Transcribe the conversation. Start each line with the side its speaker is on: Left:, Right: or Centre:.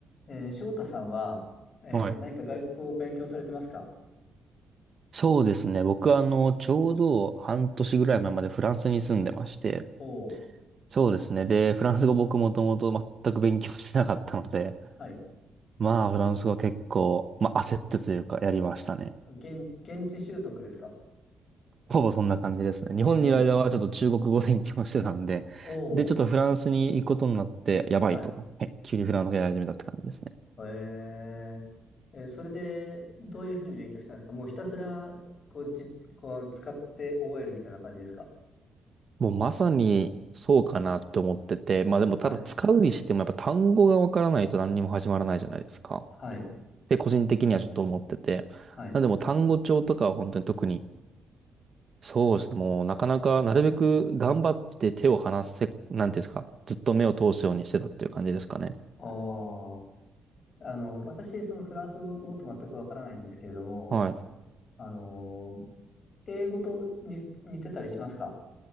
Left: えー翔太さんは、えー何か外国語を勉強されてますか
Right: はい。そうですね。僕はあの、ちょうど半年ぐらい前までフランスに住んでまして、
Left: おー、
Right: そうですね。で、フランス語僕もともと全く勉強してなかったので、
Left: はい。
Right: まあ、フランス語は結構、まあ、焦ってというか、やりましたね。
Left: 現、現地習得ですか
Right: ほぼそんな感じですね。日本にいる間はちょっと中国語を勉強してたんで、
Left: おー、おー、
Right: で、ちょっとフランスに行くことになって、やばいと思って、
Left: はい。
Right: 急にフランス語やり始めたって感じですね。
Left: えー、えーそれで、どういうふうに勉強したんですかもうひたすら、こう、じ、こう、使って覚えるみたいな感じですか
Right: もうまさにそうかなって思ってて、まあでもただ使うにしてもやっぱ単語がわからないと何にも始まらないじゃないですか。
Left: はい。はい。
Right: て個人的にはちょっと思ってて。
Left: はい。
Right: なんでもう単語帳とかは本当に特に、そうですね、もうなかなかなるべく頑張って手を離せ、なんていうんですか、ずっと目を通すようにしてたっていう感じですかね。
Left: おー。あの、私、そのフランス語のこと全くわからないんですけれども、
Right: はい。
Left: あのー英語とに似てたりしますか